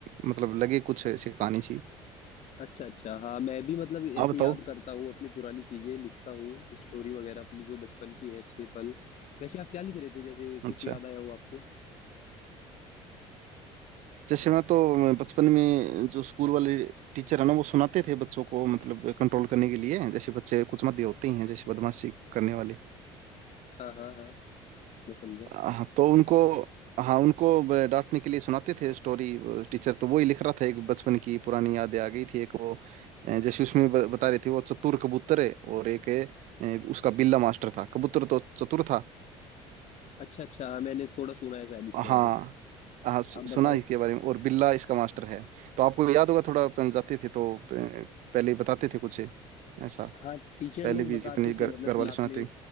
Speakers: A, on the right; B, on the left.
A: मतलब लगे कुछ ऐसी कहानी सी
B: अच्छा अच्छा हाँ मैं भी मतलब
A: आप
B: ऐसे
A: बताओ
B: याद करता हूँ अपनी पुरानी चीजें लिखता हूँ स्टोरी वगैरह अपनी जो बचपन की है अच्छे पल वैसे आप क्या लिख रहे थे जैसे कुछ
A: अच्छा
B: याद आया हो आपको
A: जैसे मैं तो मैं बचपन में जो स्कूल वाले टीचर है ना वो सुनाते थे बच्चों को मतलब कंट्रोल करने के लिए जैसे बच्चे कुछ मत होते ही हैं जैसे बदमाशी करने वाले
B: हाँ हाँ हाँ मैं समझा
A: हाँ तो उनको हाँ उनको ब- डांटने के लिए सुनाते थे स्टोरी वो टीचर तो वही लिख रहा था एक बचपन की पुरानी यादें आ गई थी एक वो अ, जैसे उसमें ब- बता रहे थे वो चतुर कबूतर है और एक है, अ, उसका बिल्ला मास्टर था कबूतर तो चतुर था
B: अच्छा अच्छा हाँ, मैंने थोड़ा सुना है शायद इसके
A: हाँ
B: बारे में
A: हाँ सु-
B: आप
A: सुना
B: बताओ
A: इसके बारे में और बिल्ला इसका मास्टर है तो आपको याद होगा थोड़ा अपन जाते थे तो अ, पहले ही बताते थे कुछ ऐसा
B: हाँ टीचर
A: पहले
B: लोग
A: भी
B: बताते
A: अपने
B: थे
A: घर
B: मतलब
A: घर
B: क्लास
A: वाले सुनाते
B: में